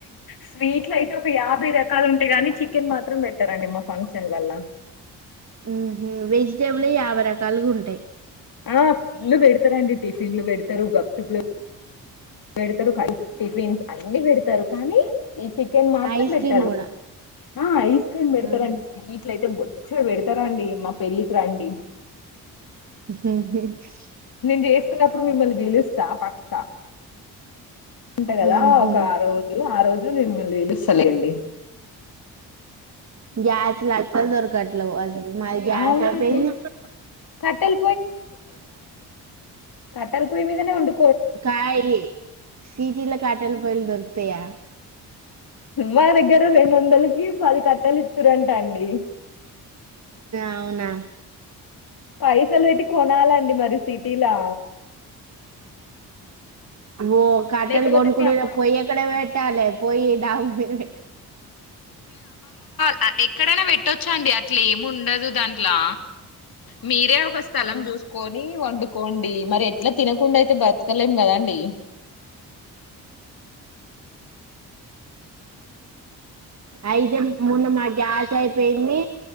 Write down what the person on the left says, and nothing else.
స్వీట్లైతే ఒక యాభై రకాలు ఉంటాయి గాని చికెన్ మాత్రం పెట్టారండి మా ఫంక్షన్లలా
ఆ ఫుల్లు పెడతారండి టిఫిన్లు పెడతారు గప్చూపులు పెడతారు కానీ టిఫిన్స్ అన్ని పెడతారు కానీ ఈ చికెన్ మాత్రం
పెట్టరు
ఆ ఐస్ క్రీమ్ పెడతారండి
స్వీట్లయితే బొ చ్చెడు పెడతరండి మా పెళ్ళికి రండి
నేను చేసుకున్నప్పుడు మిమ్మల్ని పిలుస్తా పక్కా ఉంటా కదా
ఒక ఆ రోజు ఆ రోజు రోజు మిమ్మల్నీ పిలుస్తాలేండి
అవునండి
కట్టెల కట్టెలపొయి మీదనే ఒండు
మా దగ్గర రెండు వందలకి పది కట్టెలు ఇతురంటా అండి
పైసలు పెట్టి కొనాలండి మరి సిటీలా
లేకపోతే
మీ అమ్మ
ఆ ఎక్కడైనా పెట్టొచ్చాండి అట్లే ముండదు దాంట్లో మీరే ఒక స్థలం చూసుకొని వండుకోండి మరి ఎట్లా తినకుండా అయితే బతకలేం కదండి